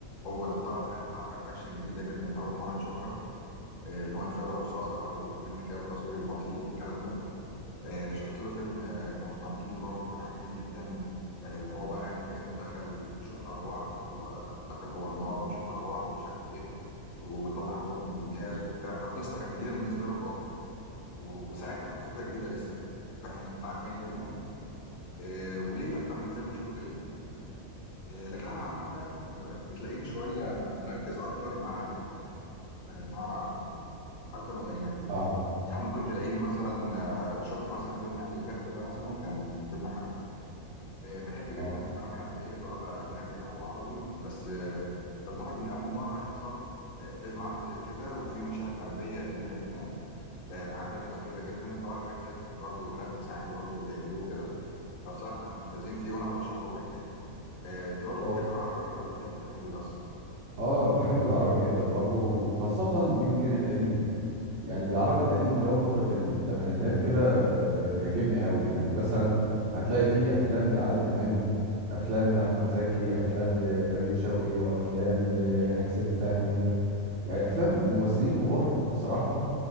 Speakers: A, on the left; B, on the right.
A: هو اللي اخترع ساعتها حركات اكشن جديده جدا اول مره نشوفها آه، ان هو يتفادى الرصاصه بقى وينزل كده بالتصوير البطيء والكلام ده آه، شفت له فيلم آه، كونستانتين برضو كان عاجبني جدا آه، اللي هو بقى يعني كأنه دخل في- بيشوف أرواح جوه ودخل جوه النار بيشوف أرواح ومش عارف إيه وبيطلع أرواح من الناس وبتاع فالقصة كانت جديدة بالنسبة له خالص و- وساعتها كانت فكرة جديدة لسه فكانت عجباني جدا آه، وليه أكتر من فيلم شفته ليه آه، لكن أنا عامة بتلاقيني شوية مركز أكتر مع ال- آه، مع العربي أكتر من الأجنبي
B: آه
A: يعني ممكن تلاقيني مثلا آه، شفت مثلا فيلم أهل الكهف ده مثلا كان فيلم حربي آه، بحب جدا
B: آه
A: الافلام الحربيه سواء بقى اجنبي او عربي بس آه، في العربي ان اول مره يحصل آه، فيلم عربي زي كده وفي مشاهد حربيه جميله جدا آه، اعداد غفيره جدا طبعا ده بيحتاج برضو جرافيكس عالي برضو بيعملوه كده فبصراحه كانوا ممتازين فيه وانا برشحه لك يعني آه، انت برضو
B: اه
A: بتحب العربي ولا ليك في الاجنبي بس
B: آه، بحب العربي جدا برضو وخاصة يمكن القديم يعني العرب القديم اللي هو فترة الثمانينات كده ب- ب- بيعجبني قوي يعني مثلا هتلاقي فيه أفلام لعادل إمام أفلام لأحمد زكي أفلام لفريد شوقي وأفلام لحسين فهمي يعني أفلام ممثلين كبار بصراحة